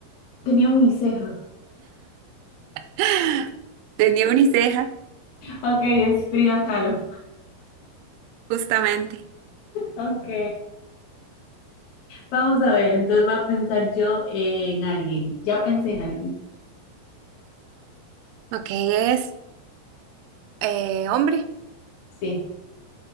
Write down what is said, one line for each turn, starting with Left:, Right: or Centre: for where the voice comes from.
Left: Tenía uniceja.
Right: <laughs> Tenía uniceja.
Left: Ok, es Frida Kahlo.
Right: Justamente.
Left: Ok. Vamos a ver, entonces voy a pensar yo en alguien. Ya pensé en alguien.
Right: Ok, es eh, hombre,
Left: Sí.